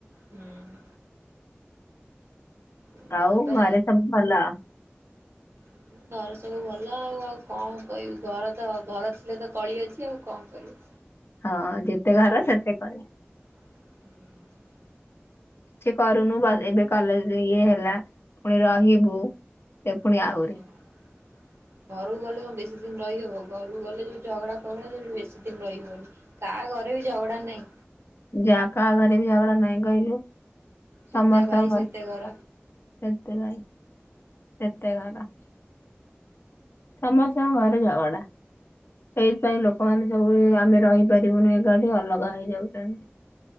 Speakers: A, on the right; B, on the left.
A: ହୁଁ। ଉଁ
B: ଆଉ
A: ଯିବା
B: ଘରେ ସବୁ ଭଲ
A: ଉଁ ଘରେ ସବୁ ଭଲ ଆଉ ଆଉ କଣ କହିବି ଘର ତ ଘର ଥିଲେ ତ କଳି ଅଛି ଆଉ କଁ କରବୁ।
B: ହଁ ଯେତେ ଘର ସେତେ କଳି।
A: ହୁଁ।
B: ଛି କରୁନୁ <unintelligible> ଏବେ କଲେଜରେ ଇଏ ହେଲା ଫୁଣି ରହିବୁ। ସେ ପୁଣି
A: <unintelligible>
B: ଆହୁରି
A: ଘରୁକୁ ଗଲେ କଁ ବେଶୀ ଦିନ ରହିହବ ଘରୁକୁ ଗଲେ ଯୋଉ ଝଗଡ଼ା ଫଗଡା ସେଠି ବେଶୀ ଦିନ ରହିହବନି। କା ଘରେ ବି ଝଗଡ଼ା ନାଇଁ।
B: ଯା କାହା ଘରେ ବି ଝଗଡ଼ା ନାଇଁ କହିଲୁ
A: ଯେତେ
B: ସମସ୍ତଙ୍କ
A: ଭାଇ ସେତେ
B: ଘରେ
A: ଘର।
B: ହେତି ପାଇଁ <unintelligible> ଘର। ସମସ୍ତଙ୍କ ଘରେ ଝଗଡା। ସେଇଥିପାଇଁ ଲୋକୋମାନୋ ସବୁ ଏ ଆମେ ରହିପାରିବୁନୁ ଏକାଠି ଅଲଗା ହେଇଯାଉଚନ୍ତି।